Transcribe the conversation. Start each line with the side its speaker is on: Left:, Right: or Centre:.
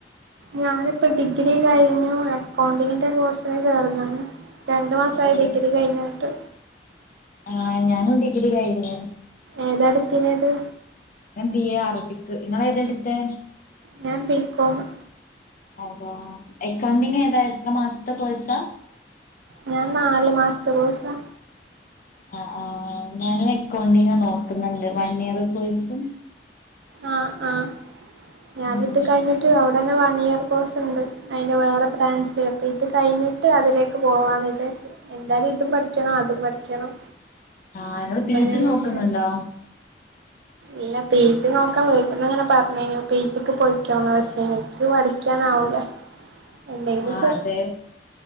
Right: ഞാനിപ്പ ഡിഗ്രി കഴിഞ്ഞു അക്കൗണ്ടിങ്ങിന്റെ കോഴ്സ് കഴിഞ്ഞ് <unintelligible> രണ്ടു മാസ
Left: അതെ
Right: ആയ് ഡിഗ്രി കഴിഞ്ഞിട്ട്
Left: ആഹ് ഞാനും ഡിഗ്രി കഴിഞ്ഞ്
Right: ഏതടുത്തിന്‌ത്
Left: ഞാൻ ബി എ അറബിക് നിങ്ങള് ഏതെടുത്തെ
Right: ഞാൻ ബി ക്കോമ്
Left: അതാ അക്കൗണ്ടിങ് ഏതാ എത്ര മാസത്തെ കോഴ്‌സാ
Right: ഞാൻ നാലു മാസത്തെ കോഴ്‌സാ
Left: ആ ആ ഞാനും അക്കൗണ്ടിങ് നോക്ക് ന്നൊണ്ട് വൺ ഇയർ കോഴ്സും
Right: ആഹ് ആഹ് ഞാനിത്
Left: ഉം
Right: കഴിഞ്ഞിട്ട് അവിട ന്നെ വൺ ഇയർ കോഴ്സ് ഉണ്ട് അയ്ന്റെ വേറെ ബ്രാൻസില് ക്ക ഇത് കഴിഞ്ഞിട്ട് അതിലേക്ക് പോവാന്ന് വിജാരിച്ച് എന്താലും ഇതും പഠിക്കണം അതും പഠിക്കണം
Left: ആഹ് അയ്നോട്
Right: അപ്പൊ
Left: പി ജി
Right: ഞാൻ
Left: നോക്ക്ന്നുണ്ടോ
Right: അങ്ങനെ ഇല്ല പി ജി നോക്കണി അങ്ങനെല്ലാം പറഞ്ഞേനു പി ജി പോയിക്കാണും പക്ഷെ എനിക്ക് പഠിക്കാനാവില്ല എന്തെങ്കിലും
Left: ആഹ്
Right: ച്ച്
Left: അതെ